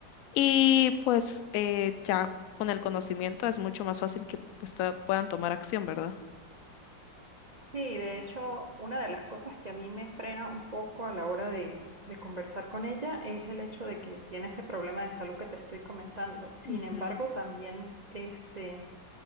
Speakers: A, on the left (about 90°); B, on the right (about 65°).
A: y pues eh, ya con el conocimiento es mucho más fácil que pues to- puedan tomar acción, ¿verdad?
B: Sí, de hecho, una de las cosas que a mí me frena un poco a la hora de, de conversar con ella es el hecho de que tiene ese problema de salud que te estoy comentando. Sin
A: Ujú,
B: embargo, también este,